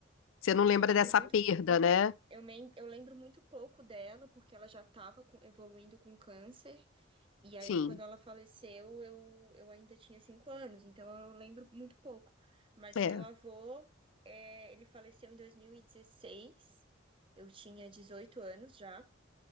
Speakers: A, on the left (about 80°); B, on the right (about 25°).
A: Você não lembra
B: Eu lembro
A: dessa
B: muito,
A: perda, né?
B: eu, men- eu lembro muito pouco dela, porque ela já estava evoluindo com câncer. E aí,
A: Sim.
B: quando ela faleceu, eu, eu ainda tinha cinco anos. Então, eu lembro muito pouco. Mas
A: É.
B: o meu avô, é, ele faleceu em 2016. Eu tinha 18 anos já.